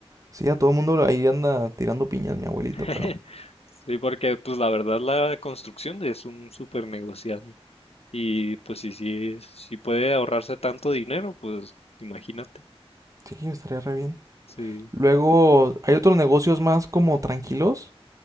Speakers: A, on the right; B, on the left.
A: Sí, a todo el mundo ahí anda tirando piñas mi abuelito,
B: <laughs>
A: pero
B: Sí, porque pues la verdad la construcción es un súper negociado. Y pues si, si, si puede ahorrarse tanto dinero, pues imagínate.
A: sí, estaría re bien.
B: Sí.
A: Luego hay otros negocios más como tranquilos